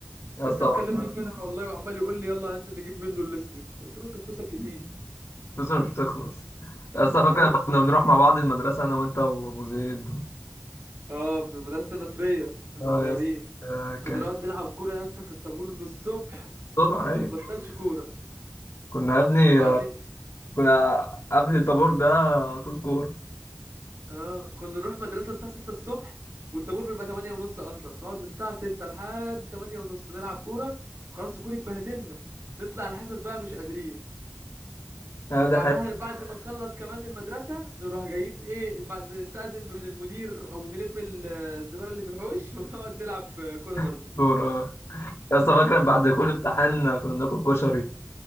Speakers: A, on the left; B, on the right.
A: يا
B: لسه
A: اسطى
B: مكلمني امبارح والله وعمال يقول لي يلا هننزل نجيب منه الاسود قلت له انت فلوسك كتير
A: الفلوس مش بتخلص يا اسطى فاكر
B: ها
A: لما كنا بنروح مع بعض المدرسة أنا وأنت وأبو زيد و...
B: <laughs> اه في المدرسه النصريه احنا
A: اه
B: صغيرين
A: يا اسطى آه،
B: كنا
A: كانت
B: نقعد نلعب كوره يا اسطى في الطابور من الصبح
A: طبعا أيوة
B: ما نبطلش كوره
A: كنا يا ابني
B: وبعدين
A: آه، كنا قبل الطابور ده على طول كورة
B: اه كنا نروح مدرسه الساعه 6 الصبح والطابور بيبقى 8 ونص اصلا نقعد من الساعه 6 لحد 8 ونص نلعب كوره وخلاص الكوره اتبهدلنا نطلع الحصص بقى مش قادرين
A: آه،
B: وبعدها
A: دي حياة
B: بعد ما نخلص كمان المدرسة نروح جايين ايه بعد نستأذن من المدير او نلم ال- الزبالة اللي في الحوش <laughs> ونقعد نلعب كورة برضو
A: الكورة اه يا اسطى فاكر بعد كل امتحان آه، كنا بناكل كشري